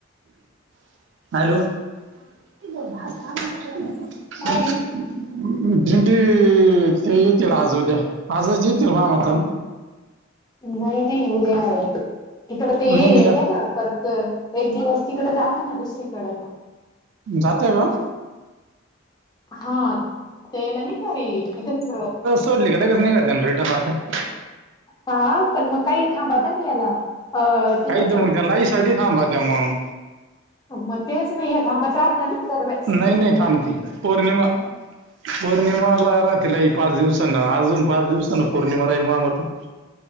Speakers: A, on the right; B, on the left.
A: <inaudible> हॅलो. <unintelligible>
B: काय
A: ते येतील आज, उद्या आजच येतील या मता ना.
B: नाही, नाही उद्या इकड ते हे
A: नाही नाही
B: येतं
A: एक
B: ना पर तर एक दिवस तिकड दाखव ना दुसरीकडं?
A: जातोय का?
B: हा तेला नाही का रे इतच
A: सोचली का कस नाही का लगेच जन रेटर राहते.
B: हा पण मग काही थांबताना याला अ तिथंच
A: काही तर
B: आहे.
A: मग त्या लाइन साठी थांबत्या मग.
B: हो मग. तेच नाही थांबत राहत ना दरवेळेस
A: नाही, नाही थांबती. पौर्णिमा, पौर्णिमाला रात्रीला येईल. पाच दिवसांन अजून पाच दिवसांन पौर्णिमा राहील मा मते-